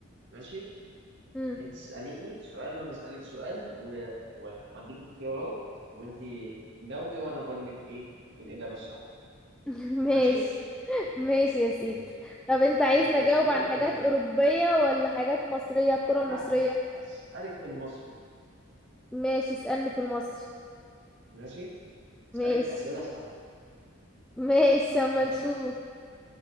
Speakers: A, on the right; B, in the centre.
A: ماشي
B: مم.
A: انت تساليني سؤال وانا اسالك سؤال و... و... واديك اختيارات وانت جاوبي وانا اقول لك ايه الاجابه الصح
B: <laughs> ماشي
A: ماشي
B: ماشي يا سيدي
A: ماشي
B: طب انت عايزني
A: ونحسب
B: أجاوب
A: سكور
B: عن حاجات
A: ونشوف
B: أوروبية ولا حاجات مصرية الكرة
A: لا
B: المصرية
A: هس- هسالك في المصري
B: ماشي اسألني في المصري
A: ماشي
B: ماشي
A: اسالك اسئله سهله
B: ماشي اما
A: ماشي
B: نشوف